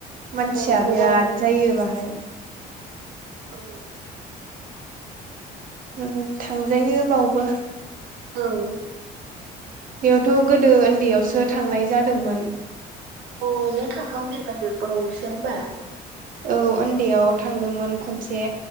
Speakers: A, on the right (about 55°); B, on the right (about 80°).
A: मानसिया
B: औ मोजां
A: बिराद जायो बाहाय
B: औ
A: ओं थांजायो बावबो।
B: औ
A: बेयावथ' गोदो उन्दैयावसो थांनाय जादोंमोन।
B: अ नों थांखांफेरबायबावसो होमबा?
A: औ उन्दैयाव थांदोंमोन खनसे